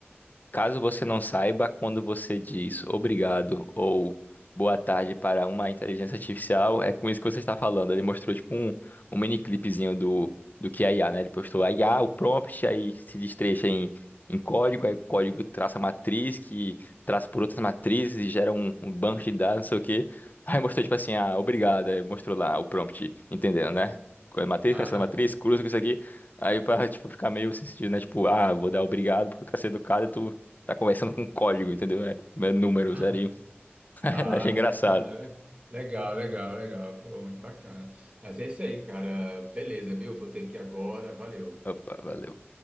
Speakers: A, on the left; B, on the right.
A: Caso você não saiba, quando você diz obrigado ou boa tarde para uma inteligência artificial, é com isso que você está falando. Ele mostrou tipo um, um mini clipezinho do, do que é IA, né? Ele postou a IA, o prompt, aí se destrecha em, em código, aí o código traça a matriz, que traça por outras matrizes e gera um, um banco de dados, não sei o quê. <laughs> Aí mostrou tipo assim, ah, obrigado, aí mostrou lá o prompt, entendendo, né? Qual é a matriz,
B: Ah,
A: qual é a matriz, cruza com isso aqui. Aí pra, tipo, ficar meio sem sentido, né? Tipo, ah, vou dar obrigado porque eu quero ser educado e tu Tá conversando com código, entendeu? É, é
B: <laughs>
A: números ali. <laughs>
B: ah,
A: Achei engraçado.
B: bacana, le- legal, legal, legal, Pô, muito bacana. Mas é isso aí, cara. Beleza, viu? Vou ter que ir agora. Valeu.
A: Opa, valeu.